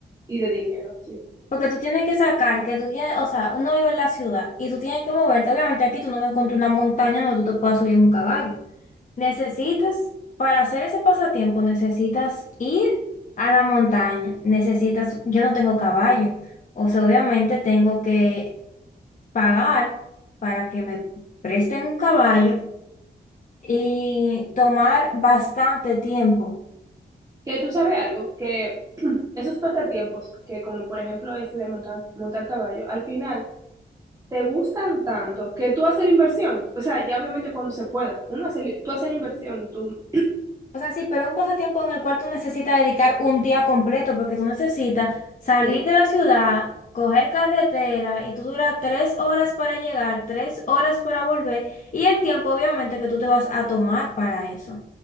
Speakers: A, on the right; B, on the left.
A: y de dinero, sí.
B: porque tú tienes que sacar, que tú tienes, o sea, uno vive en la ciudad y tú tienes que moverte. Obviamente aquí tú no vas a encontrar una montaña donde tú te puedas subir en un caballo. Necesitas, para hacer ese pasatiempo, necesitas ir a la montaña, necesitas, yo no tengo caballo. O sea, obviamente tengo que pagar para que me presten un caballo y tomar bastante tiempo.
A: Que tú sabes algo, que <clears throat> esos pasatiempos, que como por ejemplo este de montar, montar caballo, al final te gustan tanto que tú haces la inversión. O sea, ya obviamente cuando se pueda, uno hace, la- tú haces la inversión y tú
B: O sea, sí, pero un pasatiempo en el cual tú necesitas dedicar un día completo porque tú necesitas salir
A: Sí.
B: de la ciudad, coger carretera y tú duras tres horas para llegar, tres horas para volver y el tiempo obviamente que tú te vas a tomar para eso.